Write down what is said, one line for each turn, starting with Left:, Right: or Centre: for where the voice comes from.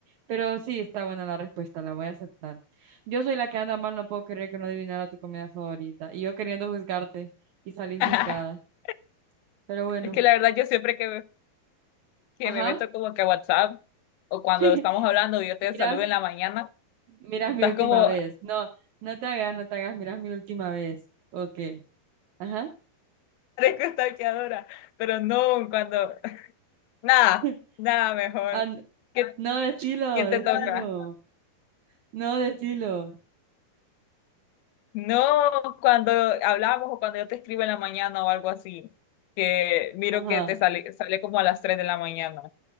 Right: Pero sí, está buena la respuesta, la voy a aceptar. Yo soy la que anda mal, no puedo creer que no adivinara tu comida favorita. Y yo queriendo juzgarte y salí juzgada.
Left: <laughs>
Right: Pero bueno,
Left: Es que la verdad yo siempre que, que
Right: ajá.
Left: me meto como que a WhatsApp o cuando
Right: <laughs>
Left: estamos hablando, yo te
Right: Mira,
Left: saludo en la mañana,
Right: Miras
Left: estás
Right: mi última
Left: como
Right: vez. No, no te hagas, no te hagas, miras mi última vez. Ok. Ajá.
Left: parezco stalkeadora, pero no, cuando, nada,
Right: <laughs>
Left: nada mejor.
Right: Ah, n-
Left: ¿Qué-
Right: no, decilo,
Left: ¿Quién
Right: decilo.
Left: te toca?
Right: No, decilo.
Left: No, cuando hablamos o cuando yo te escribo en la mañana o algo así, que miro
Right: Ajá.
Left: que te sale, sale como a las 3 de la mañana,